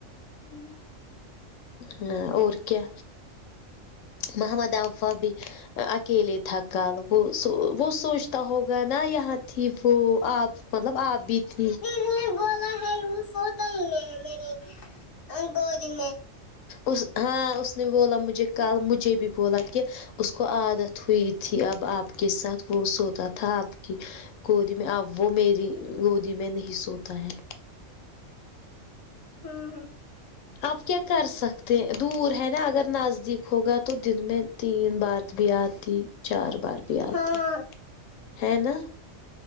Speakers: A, on the left (about 20°); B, on the left (about 75°).
A: ہوں
B: ہاں اور کیا محمد افا بھی اکیلے تھا کل وہ سو وہ سوچتا ہوگا نا یہاں تھی وہ آپ مطلب آپ بھی تھی
A: اس نے بولا ہے وہ سوتا ہی نہیں میرے گود میں
B: اس ہاں اس نے بولا مجھے کل مجھے بھی بولا کہ اس کو عادت ہوئی تھی اب آپ کے ساتھ وہ سوتا تھا آپ کی گودی میں اب وہ میری گودی میں نہیں سوتا ہے
A: ہوں
B: آپ کیا کر سکتے ہیں دور ہے نا اگر نزدیک ہوگا تو دن میں تین بار بھی آتی چار بار بھی آتی
A: ہاں
B: ہے نا